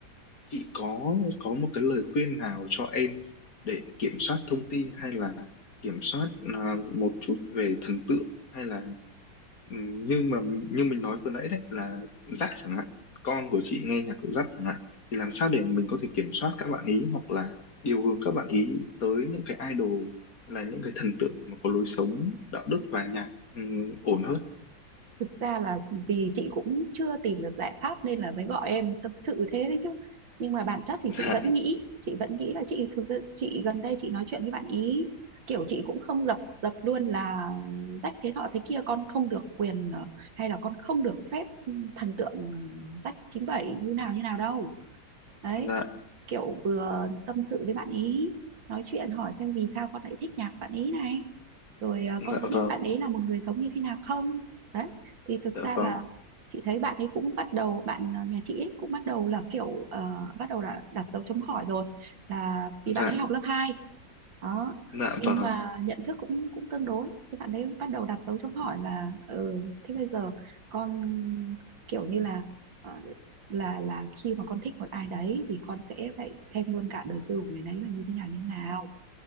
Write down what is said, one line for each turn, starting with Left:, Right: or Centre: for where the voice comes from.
Left: chị có có một cái lời khuyên nào cho em để kiểm soát thông tin hay là kiểm soát à, một chút về thần tượng hay là ừm, như mà như mình nói vừa nãy đấy là dắt chẳng hạn con của chị nghe nhạc dắt chẳng hạn thì làm sao để mình có thể kiểm soát các bạn ý hoặc là điều hướng các bạn ý tới những cái idol hay là những cái thần tượng mà có lối sống đạo đức và nhạc ừm, ổn hơn
Right: thực ra là vì chị cũng chưa tìm được giải pháp nên là mới gọi em tâm sự thế đấy chứ nhưng mà bản chất thì
Left: dạ
Right: chị vẫn nghĩ chị vẫn nghĩ là chị thực ra chị gần đây chị nói chuyện với bạn ý kiểu chị cũng không dập dập luôn là rách thế nọ thế kia con không được quyền ờ, hay là con không được phép thần tượng ờ, rách chín bảy như nào như nào đâu đấy
Left: dạ
Right: kiểu vừa tâm sự với bạn ý nói chuyện hỏi xem vì sao con lại thích nhạc bạn ý này rồi à,
Left: dạ
Right: con có
Left: vâng
Right: biết bạn ấy là một người sống như thế nào không đấy thì thực
Left: dạ
Right: ra
Left: vâng
Right: là chị thấy bạn ấy cũng bắt đầu bạn ờ, nhà chị ấy cũng bắt đầu là kiểu ờ, bắt đầu là đặt dấu chấm hỏi rồi là vì bạn
Left: dạ
Right: ấy học lớp hai đó
Left: dạ
Right: nhưng
Left: vâng
Right: mà nhận thức cũng cũng tương đối thì bạn ấy bắt đầu đặt dấu chấm hỏi là ừ, thế bây giờ con kiểu như là ờ, là là khi mà con thích một ai đấy thì con sẽ phải xem luôn cả đời tư của người đấy là như thế nào như thế nào